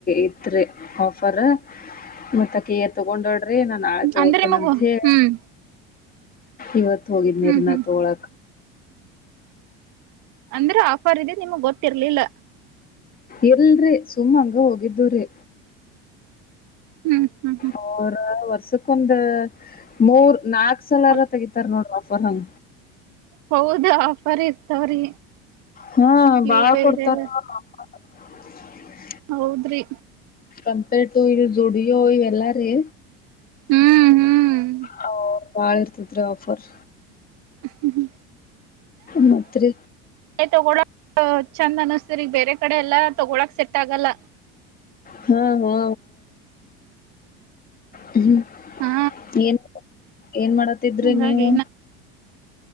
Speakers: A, on the left; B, on the right.
A: ಇತ್ರಿ ಆಫರ್ ಮತ್ತ ಕ ತಗೊಂಡ್ರ ಅೇ ನಾನನ್ ಆಳೆ ತಗೋತೇನೆ
B: ಅಂದ್ರೆ ನಿಮಗು
A: ಅಂತ ಹೇಳಿ
B: ಹ್ಮ್
A: ಇವತ್ತು ಹೋಗಿದ್ ನೀರ್ನ
B: ಹ್ಮ್ ಹ್ಮ್
A: ತೋಳಕ
B: ಅಂದ್ರೆ ಆಫರ್ ಇದೆ ನಿಮಗ್ ಗೊತ್ತಿರ್ಲಿಲ್ಲ
A: ಇಲ್ರಿ ಸುಮ್ಮಂಗ ಹೋಗಿದ್ದುರಿ
B: ಹ್ಮ್ ಹ್ಮ್ ಹ್ಮ
A: ಅವರ ವರ್ಷಕ್ಕೊಂದು ಮೂರ್ ನಾಲ್ಕು ನರ
B: ಹೊಲ್
A: ತಗಿತರ ನೋಡ ಪಹಂ
B: ಹೌದ ಆಫರ್ ಇರ್ತಾವ್ರಿ
A: ಹಾ ಬಾಳ್
B: ಇವು ಬೇರೆವ
A: ಕೊಡ್ತಾರ <unintelligible>
B: ಹೌದ್ರಿ
A: ಕಂಪೇರ್ಡ್ ಟು ಇ ಜುಡಿಯೋ ಇವೆಲ್ಲಾರೀ
B: ಹ್ಮ್ ಹ್ಮ್
A: ಹ ಭಾಳ ಇರತಿ ರೀ ಆಫರ್
B: ಹ್ಮ ಹ್ಮ
A: ಮತ್ತ ರಿ
B: ತಗೋಳಕ್ ಚಂದ ಅನಿಸತರಿ ಈಗ ಬೇರೆ ಕಡೆ ಎಲ್ಲಾ ತಗೊಳಕ್ ಸೆಟ್ ಆಗಲ್ಲ
A: ಹಾ ಹಾ ಹ್ಮ್
B: ಹಾ
A: ಏನ್ ಏನ್ ಮಾಡತಿದ್ರಿ
B: ಹಂಗಾಗಿ
A: ನೀವು